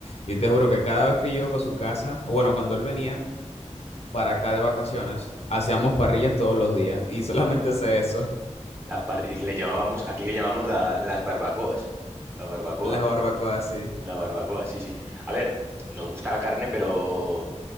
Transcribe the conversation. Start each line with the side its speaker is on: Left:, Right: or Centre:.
Left: y te juro que cada vez que yo iba para su casa, o bueno, cuando él venía para acá de vacaciones, hacíamos
Right: ¿Mm?
Left: parrillas todos los días y solamente sé eso,
Right: Las parri- le llamábamos, aquí le llamamos la- las barbacoas. La barbacoa.
Left: <laughs> las barbacoas así.
Right: La barbacoa, sí, sí. A ver, nos gusta la carne, pero